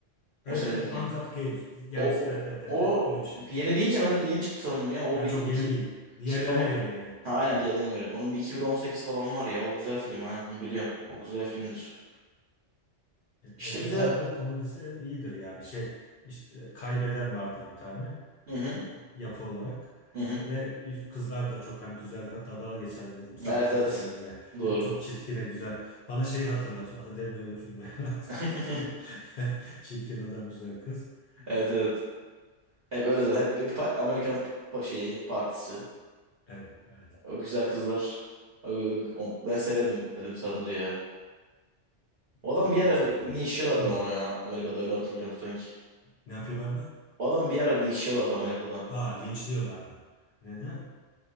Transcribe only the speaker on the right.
O senin
dediğin.
O,
o, o
yeni deyince ben yeni çıktı sandım ya. O
bir
iki,
2010
Ha aynen
diğerden göre. Onun bir 2018 falan var ya. O güzel film aynen bunu biliyorum.
O güzel filmdir.
İşte
bir
de
hı hı
hı hı.
Evet evet.
Doğru.
<laughs>
Evet evet.
Hep öyle
zaten. Hep bir pa- Amerikan pa- şeyi, partisi.
O güzel kızlar. O- o- Ben severim Adam Sandler ya. O adam
bir ara linçliyorlardı
ama ya. Amerika'da öyle hatırlıyorum sanki.
O adam bir ara linçliyorlardı Amerika'da.